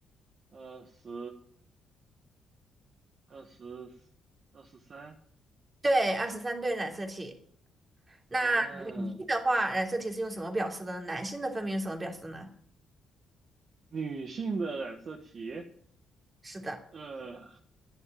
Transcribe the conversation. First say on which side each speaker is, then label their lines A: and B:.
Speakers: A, on the right; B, on the right.
A: 二十，二十，二十三。
B: 对，二十三对染色体。那女性的话，
A: 嗯，
B: 染色体是用什么表示的呢？男性的分别用什么表示呢？
A: 女性的染色体，
B: 是的，
A: 呃，